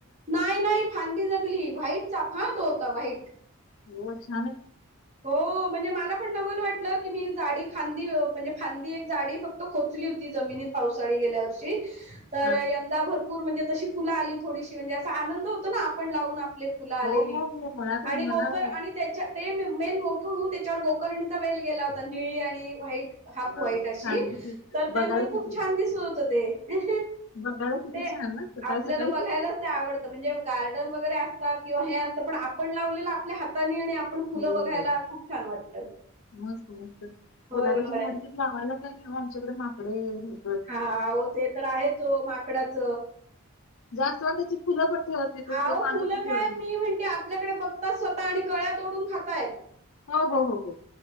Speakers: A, on the right; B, on the left.
A: नाही नाही फांदी जगली वा्हाईट चाफळतो होता वा्हाईट
B: हो अचछाान
A: हो म्हणजे मला पण नवल वाटलं की मी जाडी खांदी म्हणजे फांदी एक जाडी फक्त खोचली होती जमिनीत पावसाळी गेल्या वर्षी तर
B: हा
A: यंदा भरपूर म्हणजे तशी फुलं आली थोडीशी म्हणजे असा आनंद होतो ना आपण लावून फु आलेली
B: हो हो हो मला तर
A: आणि
B: मला
A: गो आणि त्याच्या मेन मोठं होऊन त्याच्यावर गोकर्णीचा वेल गेला होता निळी आणि व्हाईट हाफ
B: वाव
A: व्हाईट
B: छान
A: अशी
B: किती
A: तर त्यामुळे
B: बघायला किती
A: खूप छान दिसत होत ते
B: बघायला किती
A: ते
B: छान ना सकाळी
A: आपल्याला
B: सकाळी.
A: बघायलाच ते आवडतं म्हणजे गार्डन वगैरे असत किंवा हे असतं पण आपण लावलेलं आपल्या हातानी आणि आपण फुलं
B: हो
A: बघायला
B: हो.
A: खूप छान वाटतं
B: मस्त मस्त
A: होय
B: गुलाबाची
A: होय
B: झाडी पि लावायला काय नाही आमच्याकडे माकडे भ
A: हा ते तर आहेच हो माकडाच
B: जास्वंदाची फुलं पण ठेवत नाही
A: अहो
B: ते पानं
A: फुलं
B: पण ठेवत
A: काय
B: नाही
A: मी म्हणते आपल्याकडे बघतात स्वतः आणि कळ्या तोडून खातायत
B: हो हो हो